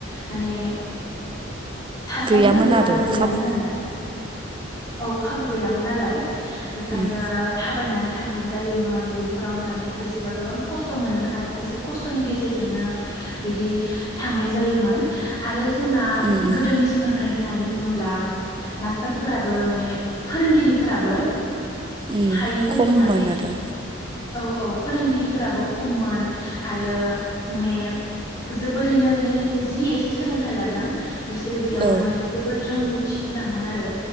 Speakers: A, on the left; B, on the right.
A: माने थासारिफोरबो
B: गैयामोन आरो
A: बारा गैयामोन
B: खाबु
A: नालाय औ खाबु गैयामोन नालाय बेखायनो
B: उम
A: थाबायनानै थांनाय जायोमोन बेफोराव माने खायसेबा गोबां खस्थ' मोनोमोन आरो खायसे खस्थ'नि गेजेरजोंनो बिदि थांनाय जायोमोन आरो जोंना
B: उम उम
A: गोदोनि सोलोंथाइ होननानै बुङोब्ला मास्टारफोराबो माने फोरोंगिरिफोराबो
B: उम
A: हायिफोरखौ
B: खममोन
A: माने
B: आरो
A: औ औ फोरोंगिरिफोराबो खममोन आरो माने जोबोरैनो माने जि एसे सोलोंथाइ लादों बिसोरो बेयावनो
B: औ
A: माने जोबोद रोंगौथि गोनांमोन आरो